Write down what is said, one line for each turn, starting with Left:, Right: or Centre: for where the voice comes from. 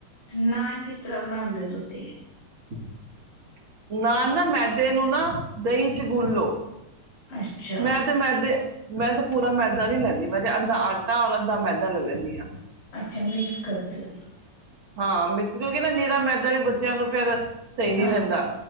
Left: ਨਾਨ ਕਿਸ ਤਰ੍ਹਾਂ ਬਣਾਉਂਦੇ ਹੋ ਤੁਸੀਂ?
Right: <inaudible> ਨਾ ਨਾ ਮੈਦੇ ਨੂੰ ਨਾ ਦਹੀਂ ਚ ਗੁੰਨ ਲੋ।
Left: ਅੱਛਾ
Right: ਮੈਂ ਤੇ, ਮੈਦੇ ਮੈਂ ਤਾਂ ਪੂਰਾ ਮੈਦਾ ਨੀ ਲੈਂਦੀ ਮੈਂ ਤੇ ਅੱਧਾ ਆਟਾ ਔਰ ਅੱਧਾ ਮੈਦਾ ਲੈ ਲੈਂਦੀ ਹਾਂ।
Left: ਅੱਛਾ ਮਿਕਸ ਕਰਦੇ।
Right: ਹਾਂ ਮਿਕਸ ਕਿਉਂਕਿ ਨਾ ਨੀਰਾ ਮੈਦਾ ਵੀ ਬੱਚਿਆਂ ਨੂੰ ਫੇਿਰ ਸਈ ਨੀ
Left: ਹਾਂਜੀ
Right: ਰਹਿੰਦਾ।